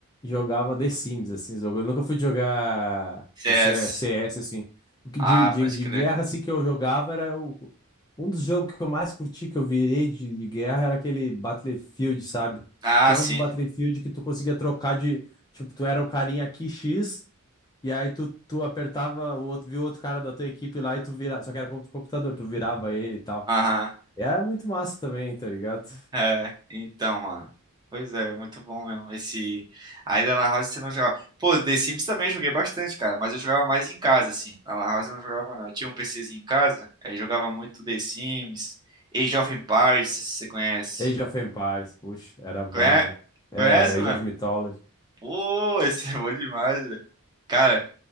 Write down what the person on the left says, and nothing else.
jogava The Sims, assim, jogo. Eu nunca fui jogar
eh, C- CS, assim. O que
De, de,
de
guerra, assim, que eu jogava era o, um dos jogos que eu mais curti, que eu virei de, de guerra, era aquele Battlefield, sabe?
Tinha
um dos Battlefield que tu conseguia trocar de. Tipo, tu era o carinha aqui X. E aí tu, tu apertava o outro, viu outro cara da tua equipe lá e tu virava. Só que era contra o computador, tu virava ele e tal.
E era muito massa também, tá ligado?
Age of Empires, puxa, era
bom,
né? É,
Age
of Mythology.